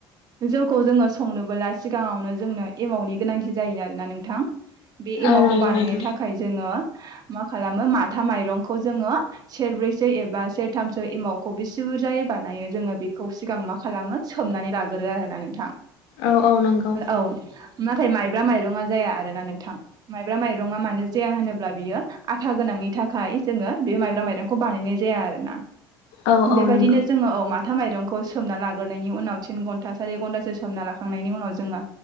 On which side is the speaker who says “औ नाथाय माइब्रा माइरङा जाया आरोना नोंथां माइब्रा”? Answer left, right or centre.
Right